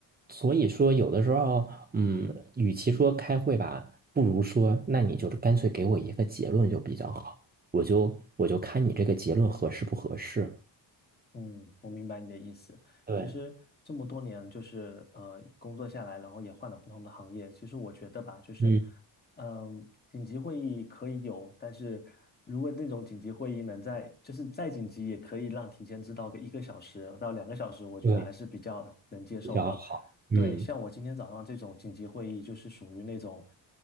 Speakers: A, on the right; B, on the left.
A: 所以说有的时候，嗯，与其说开会吧，不如说，那你就是干脆给我一个结论就比较好，我就我就看你这个结论合适不合适。
B: 嗯，我明白你的意思。
A: 对，
B: 其实这么多年，就是呃，工作下来，然后也换了不同的行业。其实我觉得吧，就是，
A: 嗯，
B: 嗯、紧急会议可以有，但是如果那种紧急会议能在，就是再紧急，也可以让提前知道个一个小时到两个小时，我觉得还是比较能接受的。
A: 对，比较好。嗯
B: 对，像我今天早上这种紧急会议，就是属于那种，